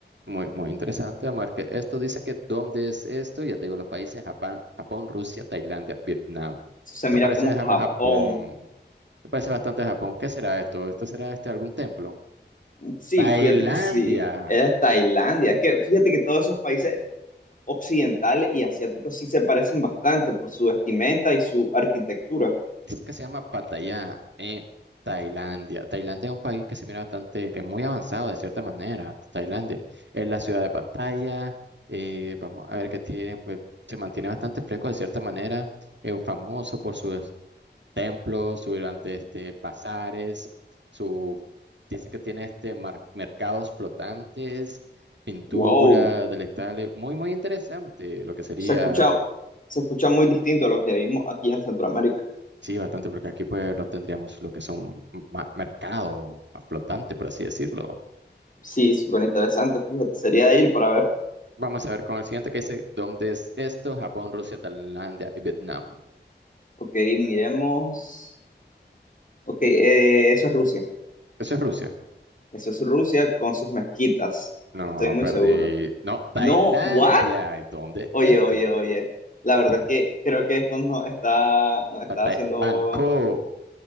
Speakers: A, on the right; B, on the left.
A: Muy, muy interesante, amor. que esto dice que dónde es esto, ya te digo los países, Japón, Japón, Rusia, Tailandia, Vietnam.
B: Eso se
A: Esto
B: mira
A: parece,
B: como
A: dejamos
B: Japón.
A: Japón, esto parece bastante Japón. ¿Qué será esto? ¿Esto será este algún templo?
B: Sí,
A: Tailandia.
B: fíjate que sí, era Tailandia. Es que fíjate que todos esos países occidental y asiático sí se parecen bastante por su vestimenta y su arquitectura.
A: Dice que se llama Pattaya, eh, Tailandia. Tailandia es un país que se mira bastante, es muy avanzado de cierta manera. Tailandia es la ciudad de Pattaya. eh, vamos a ver qué tiene, pues se mantiene bastante fresco de cierta manera. Es famoso por sus templos, sus grandes este, bazares, su, dice que tiene este mar- mercados flotantes, pinturas,
B: Wow,
A: delectables. Muy, muy interesante lo que sería.
B: se escucha, se escucha muy distinto a lo que vimos aquí en Centroamérica.
A: Sí, bastante, porque aquí pues no tendríamos lo que son ma- mercado a flotante, por así decirlo.
B: Sí, súper interesante, fíjate, sería de ir para ver.
A: Vamos a ver con el siguiente que dice, ¿dónde es esto? Japón, Rusia, Tailandia y Vietnam.
B: Ok, miremos. Ok, eh, eso es Rusia.
A: Eso es Rusia.
B: Eso es Rusia con sus mezquitas,
A: No,
B: estoy muy
A: perdí.
B: seguro.
A: No, Tailandia.
B: No, ¿what?
A: ¿Y ¿Dónde
B: Oye,
A: es esto?
B: oye, oye. La verdad
A: Sí,
B: es que creo que esto nos está, nos está
A: Pattaya-
B: haciendo
A: Bangkok.